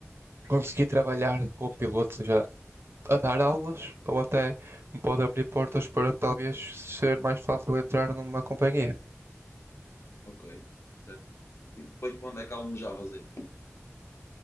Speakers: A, on the right; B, on the left.
A: conseguir trabalhar como piloto, seja a dar aulas ou até me pode abrir portas para talvez ser mais fácil entrar numa companhia.
B: Ok, certo. E depois, para onde é que almejavas ir?